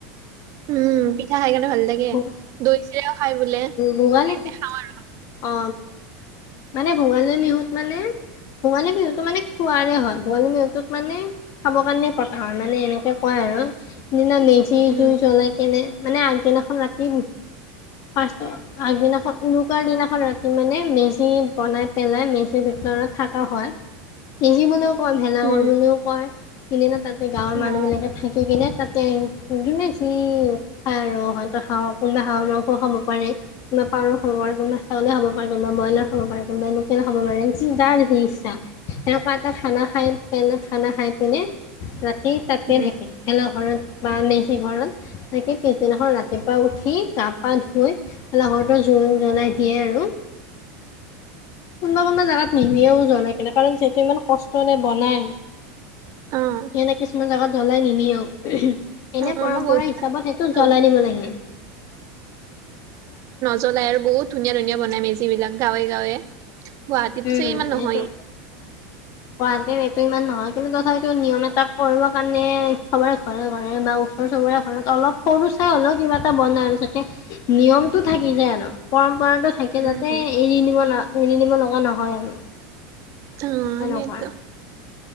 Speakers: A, on the right; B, on the left.
A: উম পিঠা খাই কাৰণে ভাল লাগে
B: উম
A: দৈ চিৰাও খাই বোলে আমি
B: ভোগালী
A: ইয়াতে খাওঁ আৰু
B: অ মানে ভোগালী বিহুত মানে ভোগালী বিহুটো মানে খুৱাৰে হয় ভোগালী বিহুটোত মানে খাব কাৰণে পতা হয় মানে এনেকে কয় আৰু সিদিনা মেজি
A: উম,
B: জুই জ্বলাই কেনে মানে আগদিনাখন ৰাতি পাৰ আগদিনাখন উৰুকাৰ দিনাখন ৰাতি মানে মেজ মেজি বনাই পেলাই মেজি ভিতৰত থকা হয় মিজিবলৈও কয় ভেলাঘৰ
A: উম,
B: বুলিও কয়। সিদিনা তাতে গাঁৱৰ
A: অ',
B: মানুহবিলাকে থাকি কিনে। তাতে যোনে যি খায় আৰু হয়তো হাঁহৰ কোনোবা হাঁহৰ মাংসও খাব পাৰে পাৱাৰো খাব পাৰ্বনবোৰ ছাগলী খাব পাৰিবা ব্ৰয়লাৰ খাব পাৰে কোনোবা লোকেল খাব পাৰে যাৰ সেই ইচ্ছা সেনেকুৱা এটা খানা খাই পনে খানা খাই পিনে ৰাতি। স তাতে
A: উম,
B: থাকে খেলা ধ বা মেজি ঘৰত থাকে পিছদিনাখন ৰাতিপুৱা উঠি গা -পা ধুই ঘৰটোৰ জোৰ জ্বলাই দিয়ে আৰু। কোনোবা কোনোবা জোগাত নিমিয়েও জ্বলাই কেনে কাৰণ যিহেতু ইমান কষ্টৰে বনায়
A: অ',
B: সেইবোৰ কিছুমান জাগাত জ্বলাই নিনিও এনে
A: অ',
B: পৰম্পৰা
A: মই বহুত
B: হিচাপত সেইটো
A: খাইছো।
B: জ্বলাই দিব লাগিলে।
A: জ্বলাই আৰু বুত ধুনীয়া ধুনীয়ানাই মেজ বিলাক গাঁৱে, গাঁৱে গুৱাহাটীতো
B: উম,
A: যে ইমান নহয়
B: এইটো গুৱাহাটীত এইটো ইমান নহয় কিন্তু তথাপিতো নিয়ম এটা কৰিবৰ কাৰণে সবৰে ঘৰে ঘৰে বা ওচৰ চবৰে ঘৰত অলপ সৰু চাই হ'লেও কিবা এটা বনায় আৰু যাতে নিয়মটো থাকি যায় আৰু পৰম কৰা থাকে
A: উম,
B: যাতে,
A: উম,
B: এৰি নিব ন এৰি নিব লগা নহয় আৰু
A: অঁ
B: সেনেকুৱা
A: সেইটো